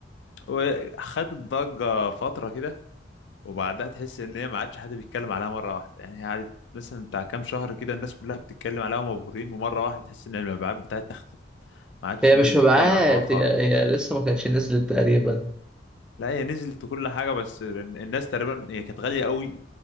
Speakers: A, on the left; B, in the centre.
A: وخدت ضجه فتره كده وبعدها تحس ان هي ما عادش حد بيتكلم عليها مره واحده يعني هي قعدت مثلا بتاع كام شهر كده الناس كلها بتتكلم عليها ومبهورين ومره واحده تحس ان المبيعات بتاعتها اختفت ما عادش
B: هي
A: الناس
B: مش
A: بتتكلم
B: مبيعات
A: على الحوار خالص
B: هي هي لسه ما كانتش نزلت تقريبا
A: لا هي نزلت وكل حاجه بس الناس تقريبا هي كانت غاليه قوي